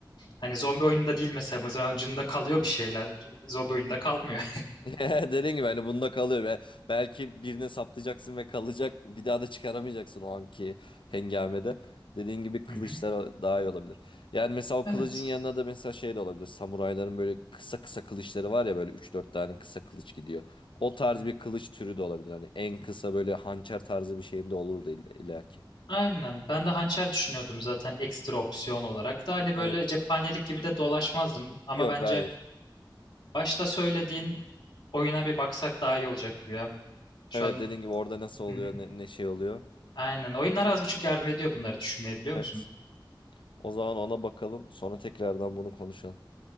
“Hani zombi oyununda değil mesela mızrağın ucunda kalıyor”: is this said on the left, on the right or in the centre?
Left